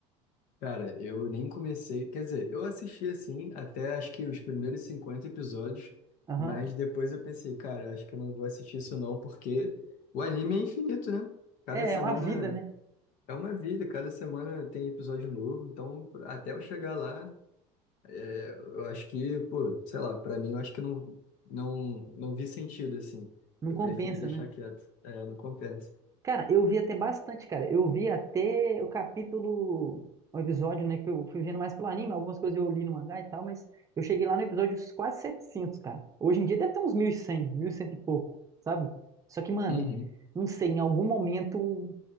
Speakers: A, on the left; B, on the right.
A: Cara, eu nem comecei, quer dizer, eu assisti assim até acho que os primeiros 50 episódios,
B: Aham.
A: mas depois eu pensei, cara, acho que eu não vou assistir isso não, porque o anime é infinito, né? Cada
B: É,
A: semana
B: é uma vida, né?
A: é uma vida, cada semana tem episódio novo, então até eu chegar lá, é, eu acho que, pô, sei lá, pra mim eu acho que não não não vi sentido assim.
B: Não
A: Eu
B: compensa,
A: preferi deixar
B: né?
A: quieto, é, não compensa.
B: Cara, eu vi até bastante, cara. Eu vi até o capítulo, o episódio, né? Que eu fui vendo mais pelo anime, algumas coisas eu li no mangá e tal, mas eu cheguei lá no episódio quase 700 cara. Hoje em dia deve ter uns 1100, 1100 e cem e pouco, sabe? Só que, mano,
A: Uhum.
B: não sei, em algum momento